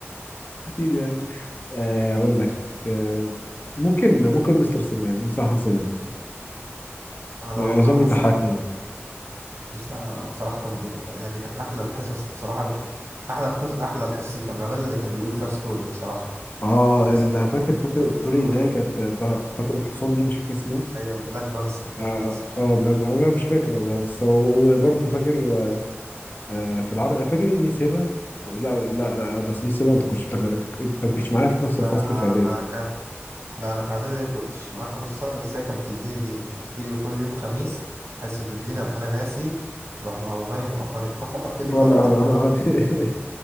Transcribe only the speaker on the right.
انا
برضه
حاسس
مست- بصراحه كان بي... يعني كانت احلى الحصص بصراحه كنت احلى القص... احلى الحصص اللي كان بيعملها اللي كان بيقول فيها ستوري بصراحه
القصه
اللي كان
بيحكي
فيها
الستوري
ايوه البلاك بانسر بلاك
بانسر
ده
كان لا انا في اعدادي ما كنتش معاك في نص سنه بس هي كانت بتديني دين تيجي كل يوم خميس حصه الدين ابقى انا ناسي تروح مقوماني موقفاني <laughs> موقفاني
بره